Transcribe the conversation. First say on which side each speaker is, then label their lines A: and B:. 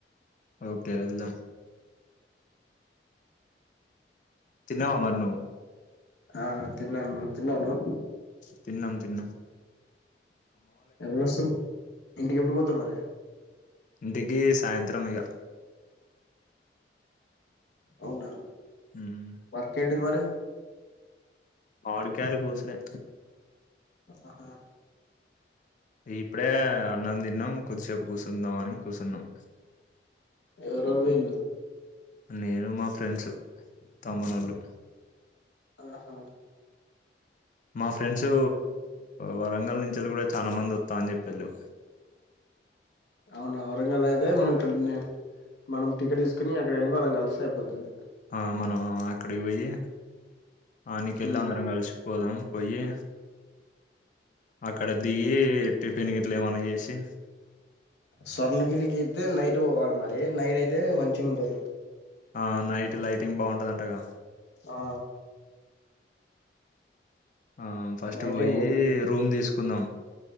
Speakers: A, on the left (about 45°); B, on the left (about 70°).
A: ఓకే ఎల్దాం తిన్నావా మరి నువ్వు
B: ఆ తిన్నా అన్న తిన్నావా నువ్వు
A: తిన్నం తిన్నం
B: ఎ వసం ఇంటికి ఎప్పుడు పోతావ్ మరి
A: ఇంటికి సాయంత్రం ఇక
B: అవునా
A: మ్మ్
B: వర్క్ ఏంటిది మరి
A: మామిడి కాయలు కోసుడే
B: ఆహా
A: ఇప్పుడే అన్నం తిన్నాం కొద్దిసేపు కూర్చుందాం అని కూర్చున్నాం
B: ఎవరెవరు పోయిరు
A: నేను మా ఫ్రెండ్స్ తమ్మునళ్ళు
B: ఆహా
A: మా ఫ్రెండ్స్ వరంగల్ నుంచల్లి కూడా చాలా మంది వస్తా అని చెప్పిళ్ళు
B: అవునా వరంగల్ అయితే మనం ఇక్కడ మనం టికెట్ తీసుకుని అక్కడ వెనుకోవళ్ళం కలిస్తే అయిపోతది
A: ఆ మనం అక్కడికి పోయి ఆయనకి వెళ్ళి
B: ఉమ్
A: అందరం కలిసి పోదాం పోయి అక్కడ దిగి టిఫిన్ గిట్లా ఏమన్నా చేసి
B: స్వర్ణగిరికి అయితే నైట్ పోవాలి మరి నైట్ అయితే మంచిగా ఉంటది
A: ఆ నైట్ లైటింగ్ బాగుంటది అంటగా
B: ఆ
A: ఆ ఫస్ట్
B: నైటే
A: పోయి
B: పోదాం
A: రూమ్ తీసుకుందాం